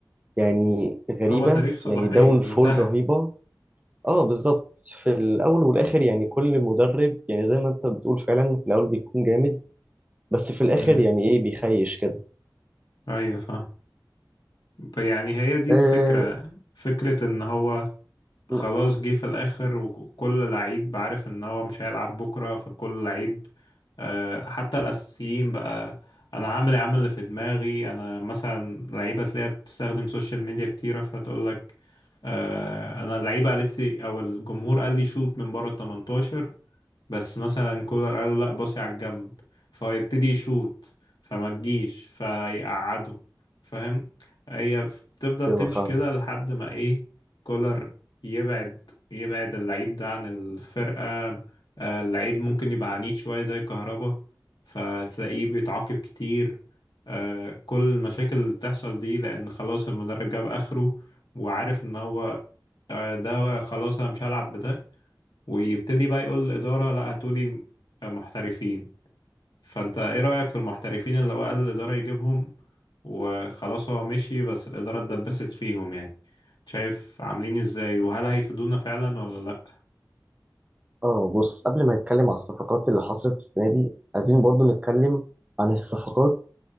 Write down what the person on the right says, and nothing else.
يعني غريبة
يعني داون
فول رهيبة اه بالظبط في الاول والاخر يعني كل مدرب يعني زي ما انت بتقول فعلا في الاول بيكون جامد بس في الاخر
يعني ايه بيخيش كده
أه
م-
ايوه
فاهم
اه بص قبل ما نتكلم على الصفقات اللي حصلت السنه دي عايزين برضو نتكلم عن الصفقات